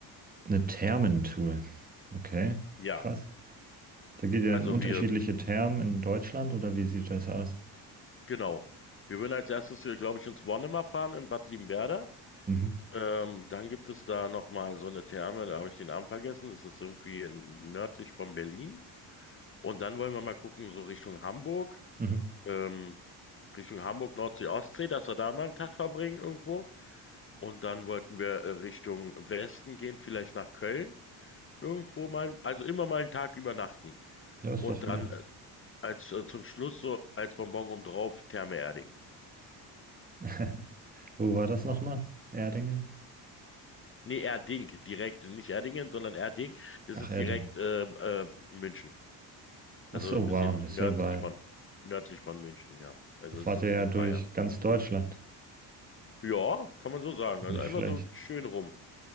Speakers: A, on the right (about 20°); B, on the left (about 30°).
A: Eine Thermentour. Okay,
B: Ja,
A: krass. Da geht ihr
B: also
A: in unterschiedliche
B: wir,
A: Thermen in Deutschland oder wie sieht das aus?
B: genau. Wir würden als erstes, glaube ich, ins Wonnemar fahren in Bad Liebenwerda.
A: Mhm.
B: Ähm, dann gibt es da nochmal so eine Therme, da habe ich den Namen vergessen. Das ist irgendwie in, nördlich von Berlin. Und dann wollen wir mal gucken, so Richtung Hamburg,
A: Mhm.
B: ähm, Richtung Hamburg, Nordsee, Ostsee, dass wir da mal einen Tag verbringen irgendwo. Und dann wollten wir äh, Richtung Westen gehen, vielleicht nach Köln irgendwo mal, also immer mal einen Tag übernachten.
A: Ja, ist
B: Und
A: doch
B: dann
A: nett.
B: äh, als äh, zum Schluss so als Bonbon oben drauf Therme Erding.
A: <laughs> Wo war das nochmal? Erdingen?
B: Nee, Erding, direkt, nicht Erdingen, sondern Erding. Das
A: Ach,
B: ist
A: Erding.
B: direkt ähm, äh, München.
A: Ach
B: Also
A: so,
B: ein bisschen
A: wow, das ist
B: nördlich
A: ja weit.
B: von nördlich von München, ja. Also
A: Da fahrt
B: es ist
A: ihr ja
B: in
A: durch
B: Bayern.
A: ganz Deutschland.
B: Ja, kann man so sagen.
A: Nicht
B: Also einmal
A: schlecht.
B: so schön rum.